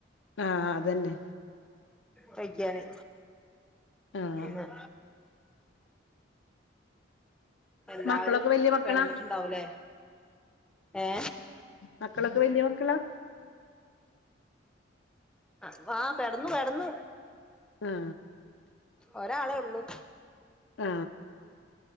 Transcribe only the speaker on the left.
ആഹ് അതന്നെ
ആഹ്
മക്കളൊക്കെ വല്യ മക്കളാ
മക്കളക്ക വെല്ല്യ മക്കളാ.
ആഹ്.
ആ.